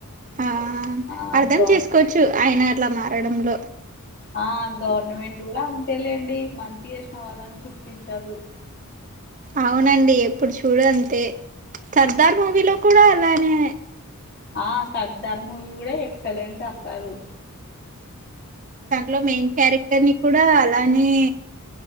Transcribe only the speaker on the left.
ఆ
గవర్
ఆ గవర్నమెంట్ కూడా అంతేలేండి మంచి చేసిన వాళ్ళని గుర్తించదు
ఆ సర్దార్ మూవీ కూడా ఎక్సలెంట్ అసలు